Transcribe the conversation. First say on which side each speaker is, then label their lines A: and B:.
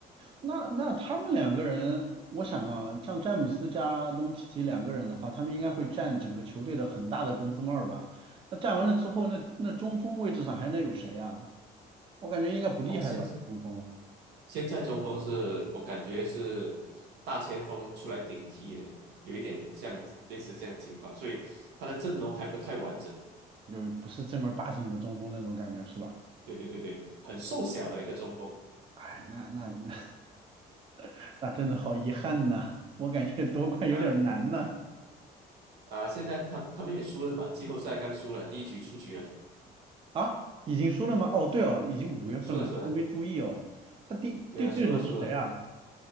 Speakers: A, on the right; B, on the right.
A: 那那他们两个人，我想啊，像詹姆斯加东契奇两个人的话，他们应该会占整个球队的很大的工资帽儿吧？那占完了之后，那那中锋位置上还能有谁啊？我感觉应该不厉害吧，
B: 哦，现
A: 中锋
B: 现在中锋是我感觉是大前锋出来顶替的，有一点像类似这样的情况，所以他的阵容还不太完整。
A: 就不是正儿八经的中锋那种感觉是吧？
B: 对对对对，很瘦小的一个中锋
A: 哎，那那那 <laughs> 那真的好遗憾呐，我感觉夺冠有点难呐。
B: 啊，啊，现在他他们也输了嘛，季后赛刚输了，第一局出局了，
A: 啊，已经输了吗？哦，对哦，已经五月份了，
B: 输了输了，
A: 我都没注意哦。他第第对手是谁啊？
B: 对啊，输了输了。